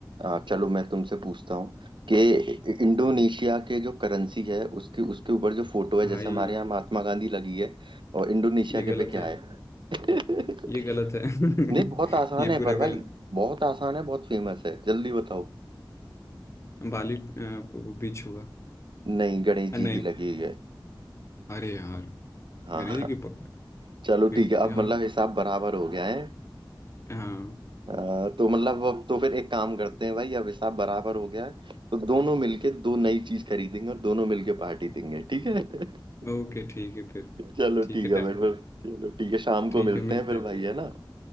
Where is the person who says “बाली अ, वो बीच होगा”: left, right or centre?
Left